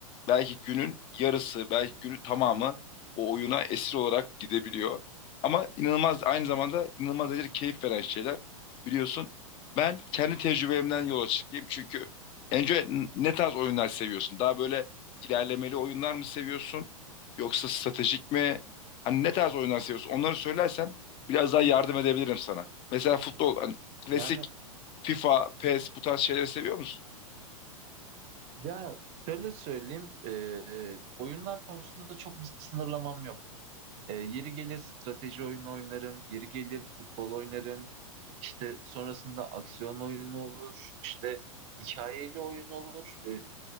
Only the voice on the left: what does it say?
belki günün yarısı belki günün tamamı o oyuna esir olarak gidebiliyor. Ama inanılmaz aynı zamanda inanılmaz derecede keyif veren şeyler biliyorsun. Ben kendi tecrübemden yola çıkayım çünkü önce n- ne tarz oyunlar seviyorsun? Daha böyle ilerlemeli oyunlar mı seviyorsun? Yoksa stratejik mi? Hani ne tarz oyunlar seviyorsun? Onları söylersen biraz daha yardım edebilirim sana. Mesela futbol, hani klasik
FIFA, PES bu tarz şeyleri seviyor musun?